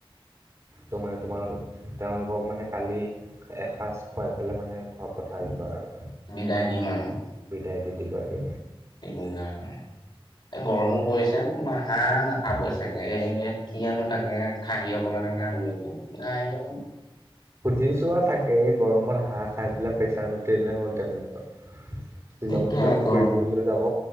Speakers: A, on the right; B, on the left.
A: তো মানে তোমাৰ তেওঁলোকক মানে কালি এসাঁজ খুৱাই পেলাই মানে খুৱা পঠাই দিবা আৰু।
B: বিদায় দিম আৰু
A: বিদায় দি দিবাগে।
B: এই গৰমো পৰিছে ন হাঁহ নাখাবা-
A: অ
B: তাকে কি আনো তাকে খাহি অকমানকে আনোগে, খাহি
A: সুধি চোৱা থাকে এই গৰমত হাঁহ বিলাক প্ৰেছাৰ নু এৰি দিলে হ'ল গাহৰি লুভটো। শ্বিলং
B: সেইটোৱে
A: তিলং
B: আকৌ
A: ফুৰিবলৈ যাব।